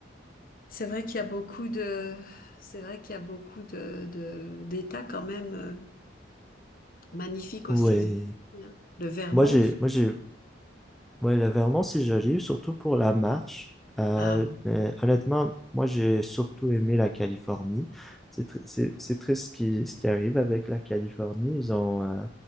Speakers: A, on the left; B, in the centre.
A: c'est vrai qu'il y a beaucoup de, c'est vrai qu'il y a beaucoup de, de- d'États quand même euh, magnifiques
B: Oui.
A: aussi aux États-Unis. hein. Le Vermont,
B: Moi, j'ai, moi, j'ai, ouais, le Vermont, c'est joli, surtout pour la marche. Euh,
A: ah
B: mais honnêtement, moi, j'ai surtout aimé la Californie. C'est tr- c'est- c'est triste ce qui, ce qui arrive avec la Californie. Ils ont euh,